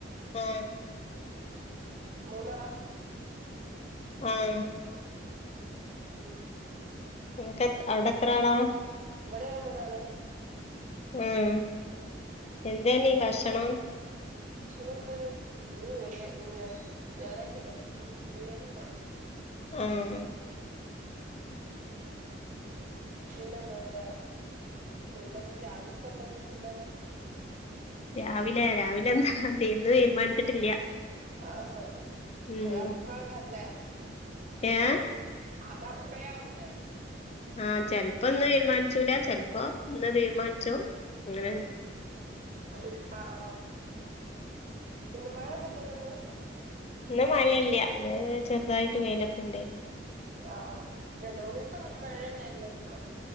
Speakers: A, on the left (about 35°); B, on the right (about 45°).
A: ഉം
B: ഉം മൂന്നാളാ
A: ആഹ്
B: ഉം
A: നിങ്ങക്ക് അവിടെ എത്രാളാ
B: ഇവടേം മൂന്നാൾ
A: ഉം എന്തന്നീ ഭക്ഷണം
B: ഭക്ഷണ ന്ന് ഉം വേള്ളി ഞായറാഴ്ചല്ലേ ഉം ബിരിയാണി ണ്ടാക്കേനു
A: ഉം
B: പിന്നെ എന്താ പറയാ എന്താണ് രാവിലത്തെ എന്താണ് ഫുടൊക്കെ
A: രാവിലെ രാവിലെ എന്താ ഇന്ന് തീരുമാനിച്ചിട്ടില്ല
B: ആഹ
A: ഉം
B: അപ്പയ്കാരല്ലേ
A: ഏഹ്
B: അത് അപ്പഴേ ആവൂലേ
A: ആഹ് ചെൽപ്പോ ഇന്ന് തീരുമാനിച്ചൂല ചെലപ്പോ ഇന്ന് തീരുമാനിച്ചു അങ്ങനെയ
B: ആഹ് ആഹ് പിന്നെ മഴ ഒന്നുല്ലല്ലോ ഇന്ന്
A: ഇന്ന് മഴയില്ല ഇന്ന് ചെറുതായിട്ട് വേയി ലൊക്കെ ഉണ്ടായിരുന്നു
B: ആഹ് ആഹ് രണ്ട് മൂന്ന് ദിവസം മഴ തന്നെയ അല്ലായിരുന്നോ